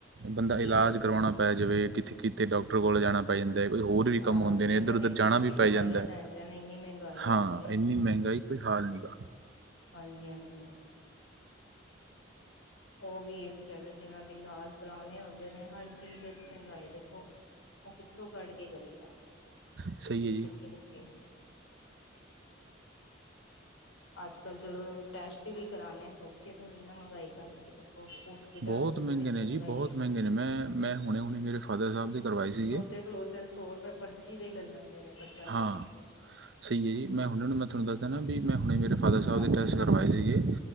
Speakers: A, on the right; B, on the left.
A: ਬੰਦਾ
B: ਕੀ
A: ਇਲਾਜ
B: ਕਰੇ
A: ਕਰਵਾਉਣਾ ਪੈ ਜਾਵੇ ਕਿੱਥੇ ਕਿੱਤੇ ਡਾਕਟਰ ਕੋਲ ਜਾਣਾ ਪੈ ਜਾਂਦਾ ਹੋਰ ਵੀ
B: ਹਾਂ
A: ਕੰਮ ਹੁੰਦੇ ਨੇ
B: ਚਲੋ
A: ਇੱਧਰ
B: ਨਿੱਕੀ
A: ਉੱਧਰ ਜਾਣਾ
B: ਨਿੱਕੀ
A: ਵੀ
B: ਦਵਾਈਆਂ
A: ਪੈ ਜਾਂਦਾ
B: ਲੈਣ ਜਾਣਾ ਇੰਨੀ ਮਹਿੰਗਾਈ ਹੁੰਦੀ
A: ਹਾਂ
B: ਹੈ
A: ਇੰਨੀ ਮਹਿੰਗਾਈ <unintelligible>
B: ਹਾਂਜੀ ਹਾਂਜੀ ਉਹ ਵੀ ਇਹ ਵਿਚਾਰੇ ਜਿਹਨਾਂ ਦੇ ਇਲਾਜ ਕਰਾਣੇ ਹੁੰਦੇ ਨੇ ਹਰ ਚੀਜ਼ ਮਹਿੰਗਾਈ ਦੇਖੋ ਉਹ ਕਿੱਥੋਂ ਕੱਢ ਕੇ ਕਰੇ ਗਾ
A: ਸਹੀ ਹੈ ਜੀ
B: ਨਿੱਕੇ ਨਿੱਕੇ ਅੱਜ ਕੱਲ ਚਲੋ ਟੈਸਟ ਵੀ ਕਰਾਉਣੇ ਸੌਖੇ ਥੋੜ੍ਹੀ ਨਾ ਮਹਿੰਗਾਈ ਕਰਕੇ ਹਸਪੀਟਲ
A: ਬਹੁਤ
B: ਦੇ ਦੇਖੋ
A: ਮਹਿੰਗੇ
B: ਕਿੰਨੀ
A: ਨੇ
B: ਮਹਿੰਗਾਈ
A: ਜੀ ਬਹੁਤ
B: ਹੈ
A: ਮਹਿੰਗੇ ਨੇ ਮੈਂ ਮੈਂ ਹੁਣੇ ਹੁਣੇ ਮੇਰੇ ਫਾਦਰ ਸਾਹਿਬ ਦੇ ਕਰਵਾਏ ਸੀਗੇ
B: ਖਲੋ ਤੇ ਸੌ ਰੁਪਏ ਪਰਚੀ ਦੇ ਹੀ ਲੈ ਲੈਂਦੇ ਨੇ ਕੱਟਣ
A: ਹਾਂ
B: ਦੀ
A: ਸਹੀ ਹੈ ਜੀ ਮੈਂ ਹੁਣ ਨੂੰ ਮੈਂ ਤੁਹਾਨੂੰ ਦੱਸ ਦੇਣਾ ਵੀ ਮੈਂ ਹੁਣੇ ਮੇਰੇ ਫਾਦਰ ਸਾਹਿਬ
B: ਹਾਂਜੀ
A: ਦੇ ਟੈਸਟ ਕਰਵਾਏ ਸੀਗੇ